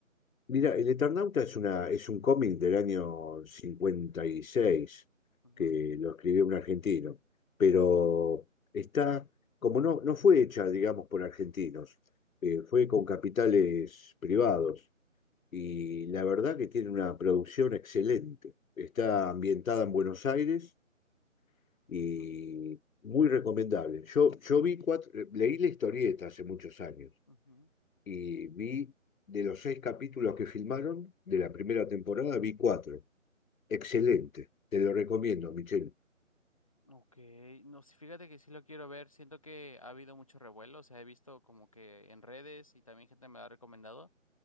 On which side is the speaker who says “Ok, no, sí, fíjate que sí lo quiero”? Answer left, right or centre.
Left